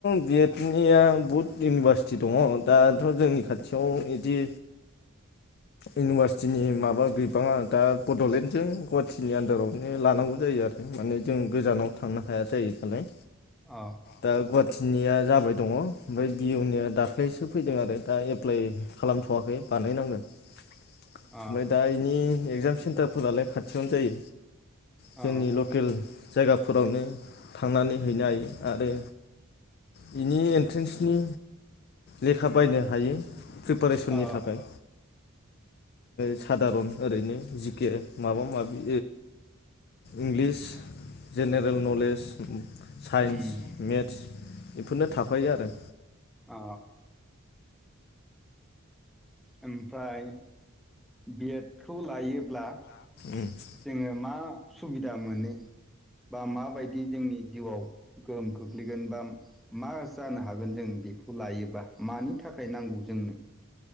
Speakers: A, on the left; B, in the centre.
A: बिटनिया बहुद इउनिभारसिटि दंङ दाथ' जोंनि खाथियाव ब इदि इउनिभारसिटिनि माबा गैबाङा दा बड'लेण्डजों गुवाहाटिीनि आन्दारावनो लानांगौ जायो आरो माने जों गोजानाव थांनो हाया जायो नालाय।
B: अ
A: दा गुवाहाटि। स्निया जाबाय दङ ओमफ्राय बि बि इउ निया दाख्लैसो फैदों आरो दा एप्लाइ खालामथ'वाखै बानायनांगोन। ओमफ्राय
B: अ
A: दा इनि। एगजाम सेन्टारफोरालाय खाथियावनो जायो। जोंनि
B: अ
A: लकेल। जायगाफोरावनो थांनानै हैनो हायो आरो बेनि एन्ट्रेन्सनि लेखा बायनो हायो। प्रिपारेसननि
B: औ
A: थाखाय। सादारन ओरैनो जिके माबा माबि English general knowledge. Science
B: um
A: maths. बेफोरनो थाफायो आरो।
B: औ। ओमफ्राय बिएड खौ लायो। जोङो।
A: उम
B: मा सुबिदा मोनो बा माबायदि जोंनि जिउआव गोहोम खोख्लैगोन बा मा जानो हागोन जों बेखौ लायोबा। मानि थाखाय नांगौ जोंनो।